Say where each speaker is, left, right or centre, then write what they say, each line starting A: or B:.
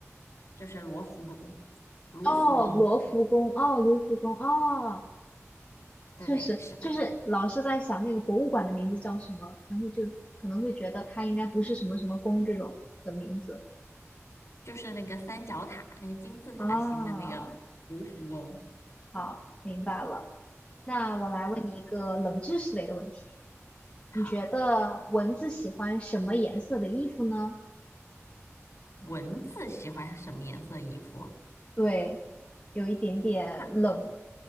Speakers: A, on the left; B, on the left.
A: 就是罗浮宫。卢浮宫，
B: 哦，罗浮宫，哦，卢浮宫，哦，
A: 对，
B: 确实，
A: 是的。
B: 就是老是在想那个博物馆的名字叫什么，然后就可能会觉得它应该不是什么什么宫这种的名字。
A: 就是那个三角塔，那个金字塔形的那个卢浮宫。
B: 啊，好，明白了。那我来问你一个冷知识类的问题，
A: 好，
B: 你觉得蚊子喜欢什么颜色的衣服呢？
A: 蚊子喜欢什么颜色的衣服啊？
B: 对，有一点点冷
A: 那